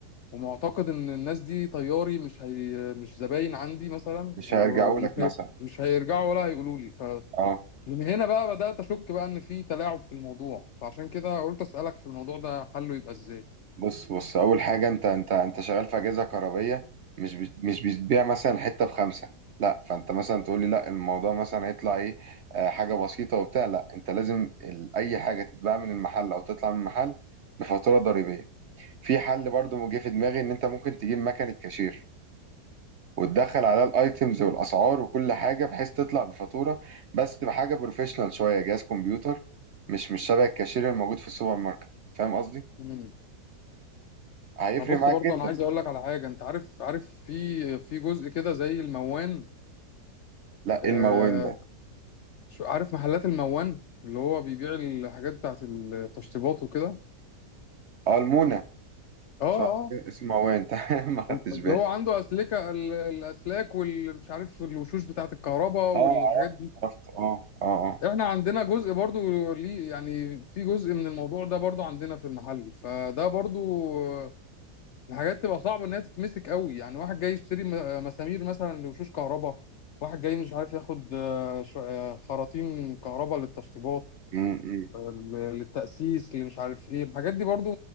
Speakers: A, on the left (about 75°); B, on the right (about 60°).
A: ومعتقد ان الناس دي طياري مش هي مش زباين عندي مثلا
B: مش
A: و-
B: هيرجعوا
A: ومش
B: لك مثلا
A: هي مش هيرجعوا ولا هيقولوا لي ف
B: اه
A: من هنا بقى بدات اشك بقى ان في تلاعب في الموضوع فعشان كده قلت اسالك في الموضوع ده حله يبقى ازاي
B: بص بص اول حاجه انت انت انت شغال في اجهزه كهربائيه مش بت- مش بتبيع مثلا حته بخمسه لا فانت مثلا تقول لي لا الموضوع مثلا هيطلع ايه آه حاجه بسيطه وبتاع لا انت لازم ال- اي حاجه تتباع من المحل او تطلع من المحل بفاتوره ضريبيه في حل برضو جه في دماغي ان انت ممكن تجيب مكنه كاشير وتدخل عليها الايتمز والاسعار وكل حاجه بحيث تطلع بفاتوره بس تبقى حاجه بروفيشنال شويه جهاز كمبيوتر مش مش شبه الكاشير الموجود في السوبر ماركت فاهم قصدي
A: مم.
B: هيفرق
A: ما بص
B: معاك
A: برضه
B: جدا
A: انا عايز اقول لك على حاجه انت عارف عارف في في جزء كده زي الموان
B: لا
A: آه
B: ايه الموان ده
A: شو- عارف محلات الموان اللي هو بيبيع الحاجات بتاعت التشطيبات وكده
B: اه المونة
A: اه
B: صح
A: اه
B: كده، اسمه موان <laughs> تمام ما خدتش
A: اللي
B: بالي
A: هو عنده اسلكه ال- الاسلاك والمش عارف الوشوش بتاعه الكهرباء
B: اه
A: والحاجات
B: عرفت
A: دي
B: عرفت اه اه اه
A: احنا عندنا جزء برضو ليه يعني في جزء من الموضوع ده برضو عندنا في المحل فده برضو آه، الحاجات تبقى صعبه انها تتمسك قوي يعني واحد جاي يشتري م- آه، مسامير مثلا لوشوش كهرباء واحد جاي مش عارف ياخد آه، ش- آه، خراطيم كهرباء للتشطيبات
B: امم
A: آه، للتأسيس اللي مش عارف ايه الحاجات دي برضو